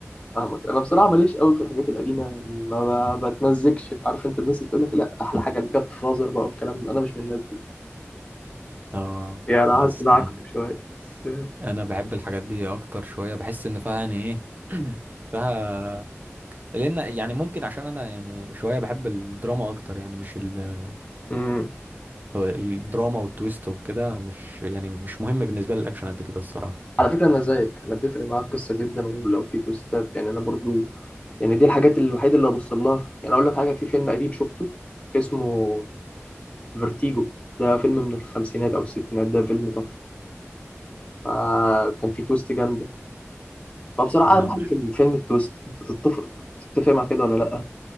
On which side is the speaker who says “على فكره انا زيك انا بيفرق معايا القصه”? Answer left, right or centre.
Left